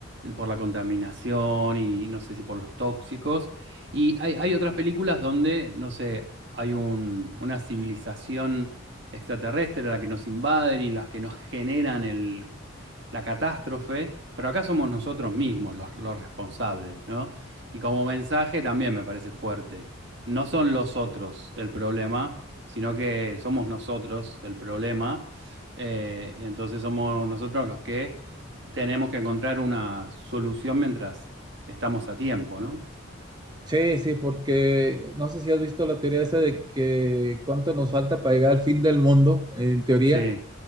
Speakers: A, on the right; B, on the right.
A: por la contaminación y no sé si por los tóxicos. Y hay, hay otras películas donde, no sé, hay un- una civilización extraterrestre la que nos invaden y las que nos generan el- la catástrofe, pero acá somos nosotros mismos los, los responsables, ¿no? Y como mensaje también me parece fuerte. No son los otros el problema, sino que somos nosotros el problema. eh, entonces somos nosotros los que tenemos que encontrar una solución mientras estamos a tiempo, ¿no?
B: Sí, sí, porque no sé si has visto la teoría esa de que cuánto nos falta para llegar al fin del mundo, en teoría.
A: Sí,